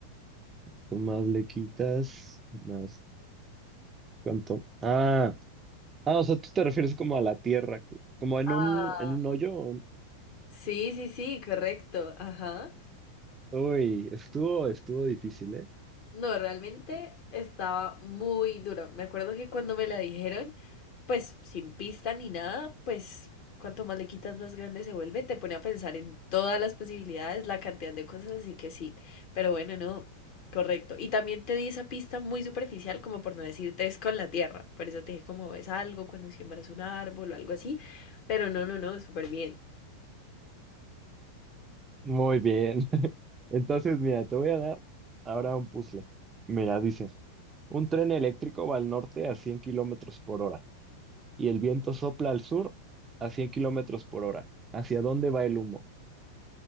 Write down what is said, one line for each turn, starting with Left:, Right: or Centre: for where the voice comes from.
Right: tú más le quitas, más cuánto. Ah. Ah, o sea, tú te refieres como a la tierra, como en
Left: Ah,
Right: un, en un hoyo.
Left: sí, sí, sí, correcto, ajá.
Right: Uy, estuvo, estuvo difícil, ¿eh?
Left: No, realmente estaba muy duro. Me acuerdo que cuando me la dijeron, pues sin pista ni nada, pues cuanto más le quitas, más grande se vuelve. Te pone a pensar en todas las posibilidades, la cantidad de cosas, así que sí. Pero bueno, no, correcto. Y también te di esa pista muy superficial, como por no decirte es con la tierra. Por eso te dije como es algo cuando siembras un árbol o algo así. Pero no, no, no, súper bien.
Right: Muy bien. <laughs> Entonces, mira, te voy a dar ahora un puzzle. Mira, dice, un tren eléctrico va al norte a 100 kilómetros por hora y el viento sopla al sur a 100 kilómetros por hora. ¿Hacia dónde va el humo?